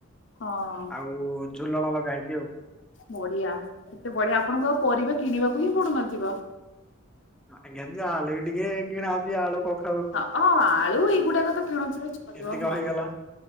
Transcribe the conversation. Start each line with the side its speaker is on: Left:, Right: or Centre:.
Left: ହଁ
Centre: ଆଉ ଝୁଲଣ ଲଗା ହେଇଚି ଆଉ।
Left: ବଢିଆ ଏତେ ବଢିଆ ଆପଣଙ୍କୁ ଆଉ ପରିବା କିଣିବାକୁ ହିଁ ପଡୁନଥିବ।
Centre: ଆଜ୍ଞା ଯାହା ହେଲେବି ଟିକେ କିଣା ହଉଚି ଆଳୁ କ
Left: ହଁ ହଁ ଆଳୁ ଏଇଗୁଡାକ ତ କିଣୁଥିବେ ଚଳିବ
Centre: ଏତିକ
Left: ହଁ।
Centre: ହେଇଗଲା